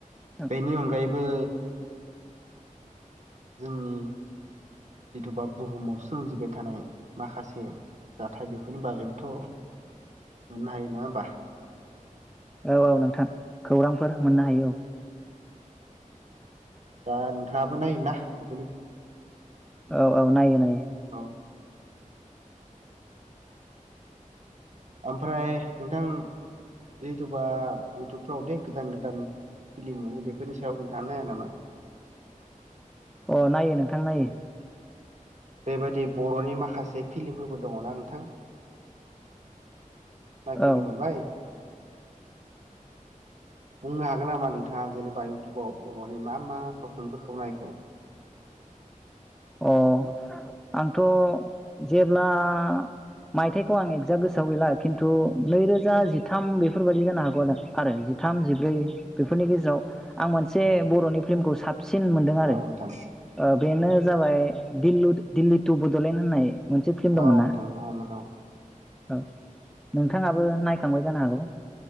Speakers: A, in the centre; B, on the right.
A: आं
B: बेनि अनगायैबो। जोंनि जिथुबा बुहुमाव सोमजिबाय थानाय माखासे जाथाय बेफोरनि बागैबोथ' मोननो हायो नङा होमबा।
A: औ औ नोंथां। खौरांफोर मोननो हायो औ।
B: दा नोंथाङाबो नायोना बेफोरनि।
A: औ औ नायो नायो।
B: औ। ओमफ्राय नोंथां जिथुबा इउटुबफ्राव दे गोदान गोदान फिलिम मोनो बेफोरनि सायाव नोंथाङा नाया नामा।
A: अ नायो नोंथां नायो।
B: जैबायदि बर'नि माखासे फिलिमफोरबो दङना नोंथां। नायफिनो
A: औ
B: मोन बाय। बुंनो हागोन नामा नोंथाङा जेनेबा इउटुबाव बर'नि मा मा सपथुनफोरखौ नायखो।
A: अ आंथ' जेब्ला मायथाइखौ आं एगजाग गोसोआव गैला खिन्थु नैरोजा जिथाम बेफोरबायाददि जानो हागौआनो आरो जिथाम जिब्रै बेफोरनि गेजेराव आं मोनसे बर'नि फिल्मखौ साब। सिन मोनदों आरो
B: औ नोंथां
A: बेनो। जाबाय दिलु दिल्ली टु बड'लेण्ड होननाय। मोनसे फिल्म दंमोन
B: औ नोंथां
A: ना
B: दङमोन औ।
A: औ नोंथाङाबो नायखांबाय जानो हागौ।